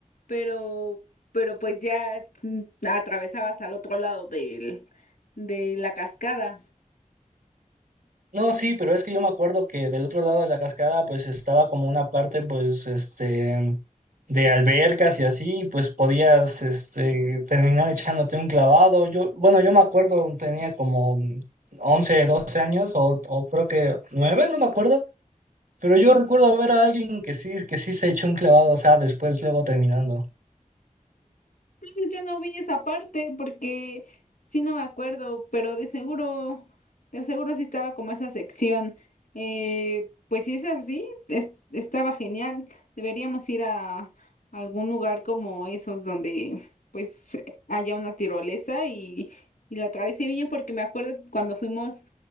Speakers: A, on the left; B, on the right.
A: pero, pero pues ya mm, atravesabas al otro lado del, de la cascada.
B: No, sí, pero es que yo me acuerdo que del otro lado de la cascada pues estaba como una parte pues este de albercas y así, pues podías este terminar echándote un clavado. Yo, bueno, yo me acuerdo, tenía como 11 12 años o, o creo que 9 no me acuerdo, pero yo recuerdo ver a alguien que sí que sí se echó un clavado, o sea, después luego terminando.
A: Entonces yo no vi esa parte porque sí no me acuerdo, pero de seguro, de seguro sí estaba como esa sección. Eh, pues si es así, es- estaba genial. Deberíamos ir a algún lugar como esos donde pues haya una tirolesa y, y la atravesé bien porque me acuerdo que cuando fuimos